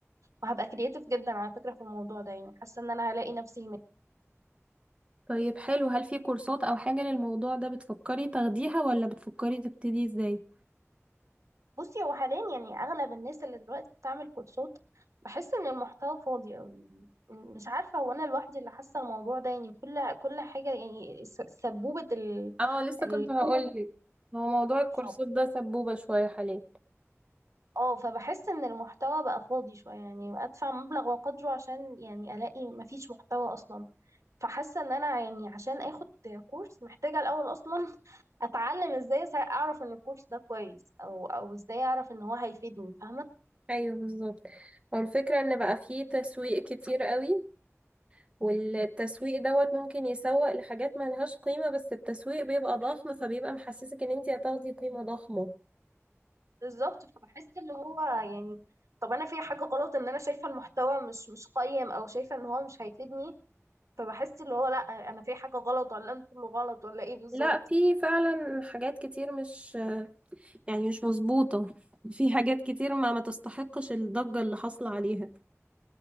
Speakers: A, on the right; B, on the right.
A: وهبقى كرييتيف جدا على فكره في الموضوع ده يعني حاسه ان انا هلاقي نفسي هناك
B: طيب حلو هل في كورسات او حاجة للموضوع ده بتفكري تاخديها ولا بتفكري تبتدي ازاي
A: بصي هو حاليا يعني اغلب الناس اللي دلوقتي بتعمل كورسات بحس ان المحتوى فاضي قوي يعني مش عارفه هو انا لوحدي اللي حاسه الموضوع ده يعني كل كل حاجه يعني س- سبوبه ال...
B: اه لسه
A: ال...
B: كنت هقولك
A: كل
B: هو موضوع الكورسات
A: الكورسات
B: ده سبوبة شوية حاليا
A: اه فبحس ان المحتوى بقى فاضي شوية يعني ادفع مبلغ وقدره عشان يعني الاقي مفيش محتوى اصلا فحاسة ان انا يعني عشان اخد كورس محتاجة الاول اصلا <laughs> اتعلم ازاي سا- اعرف ان الكورس ده كويس او او ازاي اعرف ان هو هيفيدني فاهمة
B: ايوه بالظبط هو الفكرة ان بقى فيه تسويق كتير قوي والتسويق دوت ممكن يسوق لحاجات ملهاش قيمة بس التسويق بيبقى ضخم فبيبقى محسسك ان انتي هتاخدي قيمة ضخمة
A: بالظبط فبحس اللي هو يعني طب انا في حاجة غلط ان انا شايفة المحتوى مش مش قيم او شايفة ان هو مش هيفيدني فبحس اللي هو لا انا في حاجة غلط ولا انتوا اللي غلط ولا ايه بالظبط
B: لا في فعلا حاجات كتير مش يعني مش مظبوطة في حاجات كتير ما ما تستحقش الضجة اللي حاصلة عليها